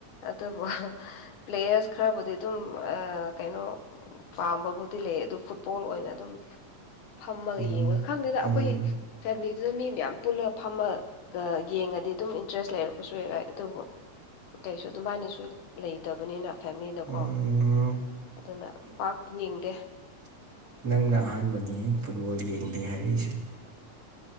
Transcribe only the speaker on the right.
ꯎꯝ
ꯎꯝ
ꯎꯝ
ꯅꯪꯅ ꯑꯍꯥꯟꯕꯅꯤ ꯐꯨꯠꯕꯣꯜ ꯌꯦꯡꯗꯦ ꯍꯥꯏꯔꯛꯏꯁꯦ